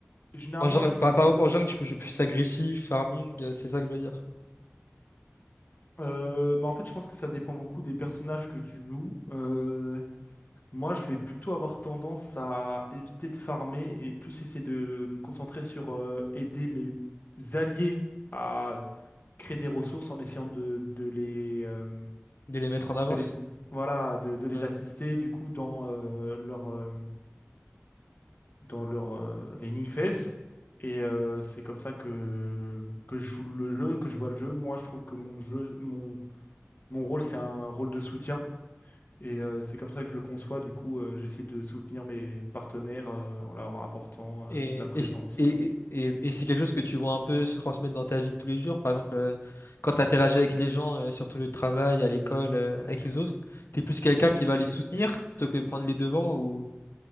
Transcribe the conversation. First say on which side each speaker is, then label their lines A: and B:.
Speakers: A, on the left; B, on the left.
A: généralement
B: En jungle,
A: je vais
B: par,
A: plus.
B: par- en jungle, tu peux jouer plus agressif, farming, euh, c'est ça que je veux dire. quoi.
A: euh, mais en fait, je pense que ça dépend beaucoup des personnages que tu joues. Euh, Moi, je vais plutôt avoir tendance à éviter de farmer et plus essayer de me concentrer sur euh, aider mes alliés à créer des ressources en essayant de, de les, euh,
B: De les mettre en avance.
A: de les- voilà, de, de les
B: Ouais.
A: assister du coup dans euh, leur, euh, dans leur euh, laning phase. Et euh, c'est comme ça que, que je joue le jeu, que je vois le jeu. Moi, je trouve que mon jeu, mon, mon rôle, c'est un rôle de soutien Et euh, c'est comme ça que je le conçois. Du coup, euh, j'essaie de soutenir mes partenaires euh, en leur apportant euh,
B: Et,
A: de la présence.
B: si, et, c'est-
A: euh.
B: et, et, et- c'est quelque chose que tu vois un peu se transmettre dans ta vie de tous les jours. Par exemple, euh, quand tu interagis avec les gens euh, sur ton lieu de travail, à l'école, euh, avec les autres, tu es plus quelqu'un qui va les soutenir plutôt que prendre les devants ou,